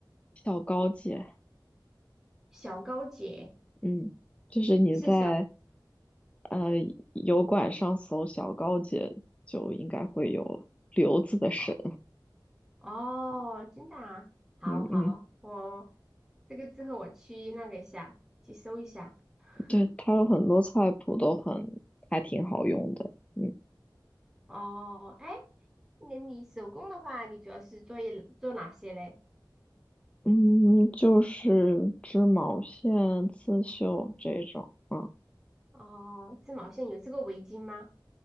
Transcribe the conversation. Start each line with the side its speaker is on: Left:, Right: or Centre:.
Left: 小高级。
Centre: 小高姐
Left: 嗯，就是你在
Centre: 是小
Left: 呃，油管上搜小高姐就应该会有刘子的神，
Centre: 哦哦，真的啊，好好，
Left: 嗯嗯，
Centre: 我这个之后我去那个一下，去搜一下。
Left: 对，
Centre: <laughs>
Left: 它有很多菜谱都很还挺好用的，嗯
Centre: 哦，哎，那你手工的话，你主要是做一做哪些嘞？
Left: 嗯，就是织毛线、刺绣这种啊，
Centre: 哦，织毛线有织过围巾吗？